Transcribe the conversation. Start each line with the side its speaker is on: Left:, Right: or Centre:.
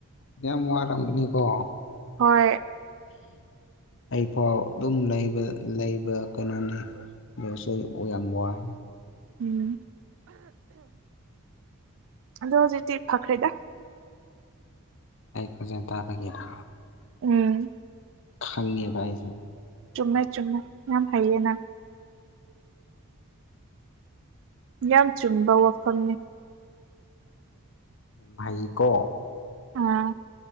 Left: ꯃ ꯋꯥꯔꯝꯕꯅꯤꯀꯣ
Right: ꯍꯣꯏ
Left: ꯑꯩꯐꯥꯎ ꯑꯗꯨꯝ ꯂꯩꯕ ꯀꯩꯅꯣꯅꯤ ꯁꯣꯏ ꯑꯣꯏ ꯌꯥꯝ ꯌꯥꯝ ꯋꯥꯥꯏ
Right: ꯎꯝ ꯑꯗꯣ ꯍꯧꯖꯤꯛꯇꯤ ꯐꯈ꯭ꯔꯦꯗ
Left: ꯑꯩꯈꯣꯖꯦꯟ ꯇꯥꯕꯒꯦꯔ
Right: ꯎꯝ
Left: ꯈꯪꯉꯦꯕꯥ ꯑꯩꯁꯨ
Right: ꯆꯨꯝꯃꯦ ꯆꯨꯝꯃꯦ ꯌꯥꯝ ꯍꯥꯏꯩꯌꯦ ꯅꯪ ꯌꯥꯝ ꯆꯨꯝꯕ ꯋꯥꯐꯝꯅꯤ
Left: ꯚꯥꯏꯀꯣ
Right: ꯑꯥ